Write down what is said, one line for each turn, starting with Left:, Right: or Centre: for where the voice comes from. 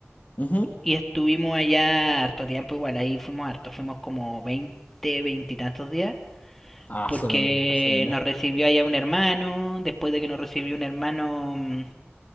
Left: Ujú.
Centre: y estuvimos allá harto tiempo, igual ahí fuimos harto, fuimos como 20 20 y tantos días.
Left: Ah,
Centre: porque
Left: fueron casi un mes.
Centre: nos recibió allá un hermano, después de que nos recibió un hermano, mm,